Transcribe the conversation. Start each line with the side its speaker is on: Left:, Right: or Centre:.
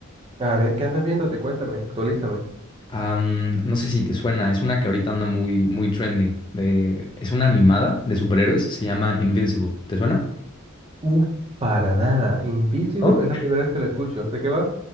Right: A ver, ¿qué andas viéndote? Cuéntame, actualízame.
Left: Am, no sé si te suena, es una que ahorita anda muy, muy trending. De, es una animada de superhéroes, se llama Invincible. ¿Te suena?
Right: Uh, para nada. Invisible
Left: ¿No?
Right: es la primera vez que lo escucho. ¿De qué va?